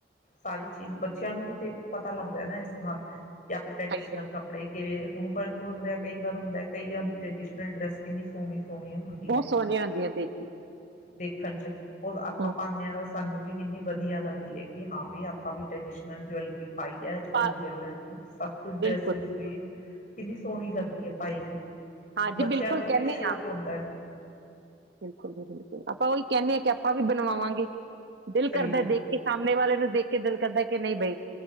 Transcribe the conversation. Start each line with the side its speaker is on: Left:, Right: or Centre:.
Left: ਸਾਰੀ ਚੀਜ਼ ਬ ਬੱਚਿਆਂ ਨੂੰ ਵੀ ਦੇਖੋ ਪਤਾ ਲੱਗਦਾ ਨਾ ਇਸ ਨਾਲ ਜਾਂ ਆਪਣੇ
Right: ਸਹੀ
Left: ਟਰੈਡੀਸ਼ਨਲ
Right: ਗੱਲ
Left: ਕੱਪੜੇ ਕੇੜੇ ਹੁਣ ਪਰ ਹੁੰਦਾ ਕਈ ਵਾਰ ਹੁੰਦਾ ਕਈਵਾਰ ਟਰਡੀਸ਼ਨਲ ਡਰੈਸ ਕਿੰਨੀ ਸੋਹਣੀ ਸੋਹਣੀ ਹੁੰਦੀ
Right: ਬਹੁਤ
Left: ਹੈ
Right: ਸੋਹਣੀਆਂ ਹੁੰਦੀਆਂ ਦੇਖ
Left: ਦੇਖਣ ਚ, ਉਹ
Right: ਕੇ
Left: ਆਪਾਂ ਪਾਦੇਂਆਂ ਦਾ ਸਾਨੂੰ ਵੀ ਇੰਨੀ ਵਧੀਆ ਲੱਗਦੀ ਹੈ ਕਿ ਹਾਂ ਵੀ ਆਪਾਂ ਵੀ ਟਰਡੀਸ਼ਨਲ ਜਵੈਲਰੀ ਪਾਈਏ ਅਜ
Right: ਪਾ
Left: ਕੱਲ ਜਵੈਲਰ ਸਭ ਕੁਛ ਡਰੈਸਿਸ
Right: ਬਿਲਕੁਲ
Left: ਵੀ ਕਿੰਨੀ ਸੋਹਣੀ ਲਗਦੀ ਹੈ ਪਾਈ ਵੀ
Right: ਹਾਂਜੀ
Left: ਬੱਚਿਆਂ
Right: ਬਿਲਕੁਲ
Left: ਨੂੰ
Right: ਕਹਿੰਦੇ
Left: ਸ਼ੌਕ
Right: ਹਾਂ
Left: ਹੁੰਦਾ ਹੈ
Right: ਬਿਲਕੁਲ-ਬਿਲਕੁਲ ਆਪਾਂ ਉਹੀ ਕਹਿੰਦੇ ਹਾਂ ਕਿ ਆਪਾਂ ਵੀ ਬਣਵਾਵਾਂਗੇ ਦਿਲ
Left: ਸਹੀ
Right: ਕਰਦਾ
Left: ਗੱਲ
Right: ਦੇਖ ਕੇ ਸਾਹਮਣੇ ਵਾਲੇ ਨੂੰ ਦੇਖ ਕੇ ਦਿਲ ਕਰਦਾ ਕਿ ਨਹੀਂ ਬਈ,